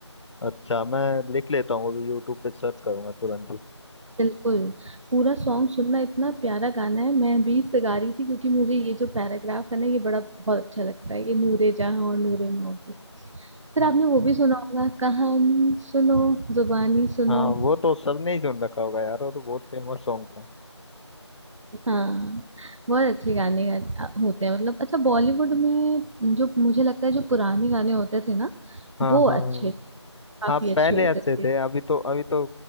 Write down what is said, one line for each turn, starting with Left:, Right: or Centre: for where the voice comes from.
Left: अच्छा मैं लिख लेता हूँ अभी यूट्यूब पे सर्च करूंगा तुरंत ही
Right: बिल्कुल पूरा सॉन्ग सुनना इतना प्यारा गाना है मैं बीच से गा रही थी क्योंकि मुझे ये जो पैराग्राफ है ना ये बड़ा बहुत अच्छा लगता है ये नूरे जहां और नूरे मोहब्बत फिर
Left: हम्म,
Right: आपने वो भी सुना होगा कहानी सुनो जुबानी सुनो
Left: हाँ वो तो सबने ही सुन रखा होगा यार वो तो बहुत फेमस सॉन्ग था
Right: हाँ बहुत अच्छे गाने गा, होते हैं मतलब अच्छा बॉलीवुड में जो मुझे लगता है जो पुराने गाने होते थे ना
Left: हाँ
Right: वो
Left: हाँ
Right: अच्छे काफी
Left: हाँ
Right: अच्छे
Left: पहले
Right: होते
Left: अच्छे
Right: थे
Left: थे अभी तो अभी तो